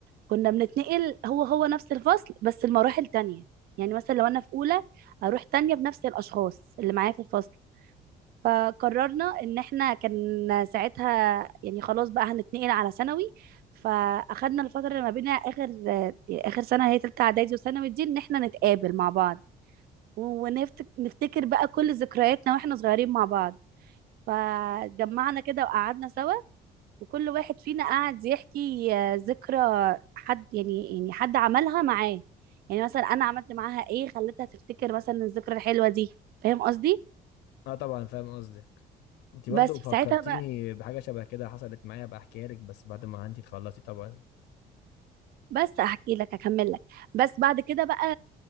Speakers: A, on the right; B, on the left.
A: كنا بنتنقل هو هو نفس الفصل بس المراحل تانية يعني مثلا لو انا في اولى اروح تانية بنفس الاشخاص اللي معايا في الفصل فقررنا ان احنا كان ساعتها يعني خلاص بقى هنتنقل على ثانوي فاخدنا الفترة اللي ما بينها اخر آه، اخر سنة هي تالتة اعدادي وثانوي دي ان احنا نتقابل مع بعض ونفتكر بقى كل ذكرياتنا واحنا صغيرين مع بعض فجمعنا كده وقعدنا سوا وكل واحد فينا قعد يحكي آه، ذكرى حد يعني يعني حد عملها معاه يعني مثلا انا عملت معاها ايه خلتها تفتكر مثلا الذكرى الحلوه دي فاهم قصدي
B: أه طبعا فاهم قصدك أنت
A: بس
B: برضو فكرتيني
A: في ساعتها بقى
B: بحاجة شبه كده حصلت معايا بقى أحكيها لك بس بعد ما أنت تخلصي طبعا
A: بس هحكي لك هكمل لك بس بعد كده بقى